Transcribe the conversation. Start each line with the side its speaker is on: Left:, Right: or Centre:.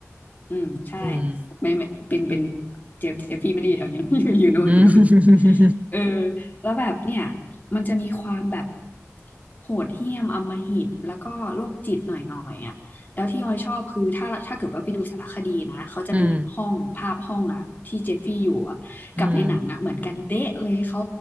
Left: อืมใช่
Right: อืม
Left: ไม่ไม่เป็นเป็นเจฟเจฟฟี่ไม่ได้อยู่แถวนี้ <laughs> อยู่นู่นอยู่นู่น
Right: อืม
Left: เออแล้วแบบเนี่ยมันจะมีความแบบโหดเหี้ยมอำมหิตแล้วก็โรคจิตหน่อยหน่อยอ่ะแล้วที่ออยชอบคือถ้าถ้าเกิดว่าไปดูสารคดีนะเขาจะมีห้องภาพห้องอ่ะที่เจฟฟี่อยู่อ่ะกับในหนังอ่ะเหมือนกันเดะเลยเขา
Right: อืมอืม